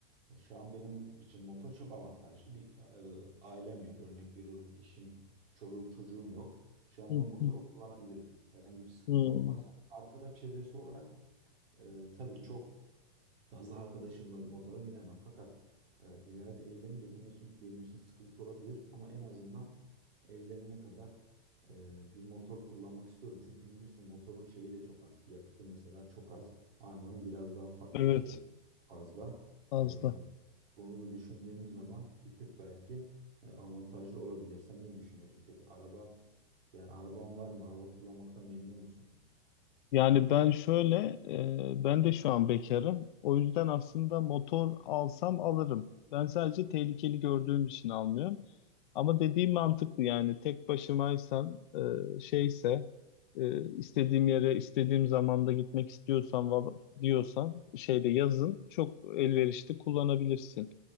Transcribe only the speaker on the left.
Hı
hı.
Hı.
Evet.
Fazla.
Yani ben şöyle, e, ben de şu an bekarım. O yüzden aslında motor alsam alırım. Ben sadece tehlikeli gördüğüm için almıyorum. Ama dediğim mantıklı yani tek başımaysam, e, şeyse, e, istediğim yere, istediğim zamanda gitmek istiyorsan val- diyorsan şeyde yazın çok elverişli kullanabilirsin.